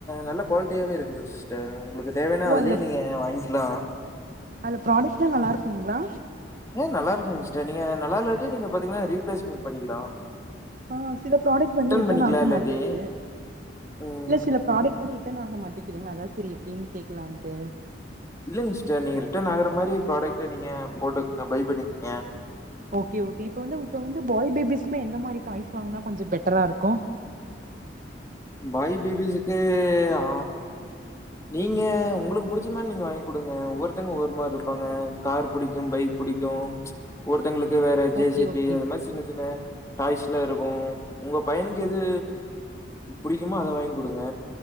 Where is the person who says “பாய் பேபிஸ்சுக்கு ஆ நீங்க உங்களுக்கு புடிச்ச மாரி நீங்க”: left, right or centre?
Left